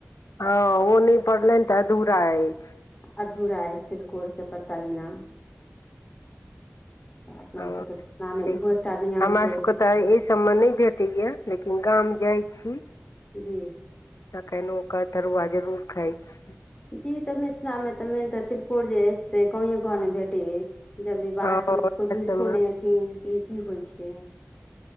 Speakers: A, on the left; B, on the left.
A: हँ ओ नहि पड़लनि तऽ अधूरा अछि
B: अधूरा अछि तिलकोर के पत्ता बिना तऽ अपना
A: हँ
B: सबके पनामे
A: छै
B: इहो एकटा नियम छै
A: सबके
B: की
A: तऽ एहि हमरा नहि भेटैया लेकिन गाम जाई छी
B: जी
A: तखन ओकर तरुआ जरूर खाइ छी
B: जी तऽ मिथिलामे तऽ मेन तऽ तिलकोर जे अछि से गांवे गांवमे भेटैत अछि जलदी बाहर
A: ओ
B: सममे
A: वएह
B: कोइ बुझितो
A: सबमे
B: नहि हेथिन कि ई की होइ छै